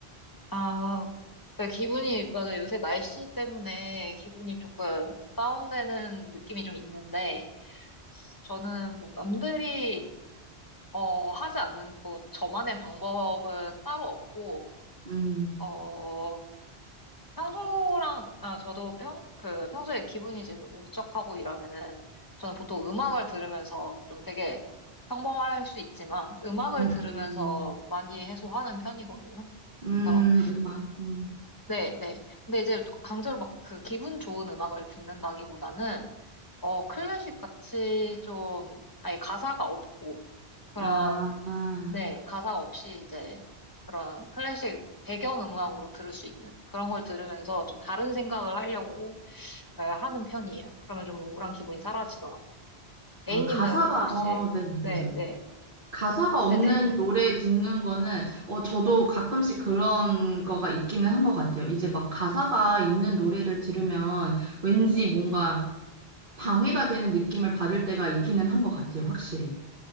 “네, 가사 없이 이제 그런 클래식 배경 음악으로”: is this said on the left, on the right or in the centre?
Left